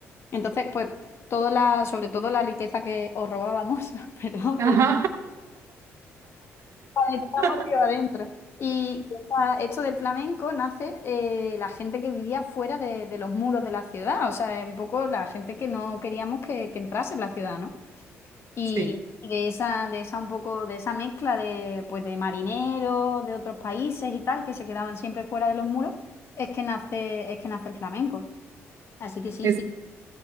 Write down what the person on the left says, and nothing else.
Entonces, pues, toda la, sobre todo la riqueza que os robábamos, <laughs> perdón,
pero Estamos
río adentro. Y esta- esto del flamenco nace eh, la gente que vivía fuera de, de los muros de la ciudad, o sea, un poco la gente que no queríamos que, que entrase en la ciudad, ¿no? Y,
y de esa, de esa un poco, de esa mezcla de, pues, de marineros de otros países y tal, que se quedaban siempre fuera de los muros, es que nace, es que nace el flamenco. Así que sí,
sí.